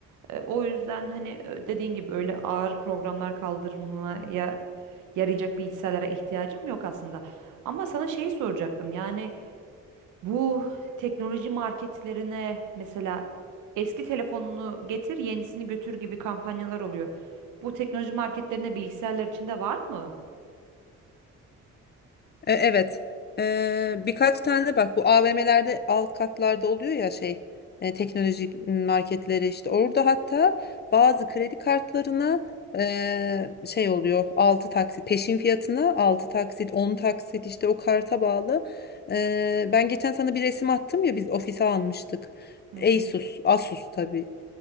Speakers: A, on the right (about 85°); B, on the left (about 35°).
A: E, o yüzden hani e, dediğin gibi öyle ağır programlar kaldırmaya yarayacak bilgisayarlara ihtiyacım yok aslında. Ama sana şeyi soracaktım. Yani Bu teknoloji marketlerine mesela eski telefonunu getir, yenisini götür gibi kampanyalar oluyor. Bu teknoloji marketlerinde bilgisayarlar için de var mı?
B: E, Evet. E, birkaç tane de bak bu AVM'lerde alt katlarda oluyor ya şey e, teknolojik marketleri işte orada hatta bazı kredi kartlarına e, şey oluyor 6 taksit peşin fiyatına altı taksit on taksit işte o karta bağlı. E, ben geçen sana bir resim attım ya biz ofise almıştık.
A: Hı hı.
B: Asus, Asus tabii